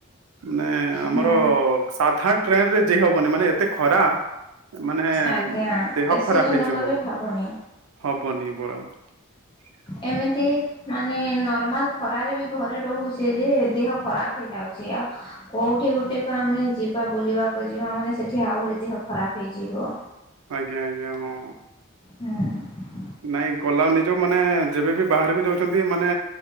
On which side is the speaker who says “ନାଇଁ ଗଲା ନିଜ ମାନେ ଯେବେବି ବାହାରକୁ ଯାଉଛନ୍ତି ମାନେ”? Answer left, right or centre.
Right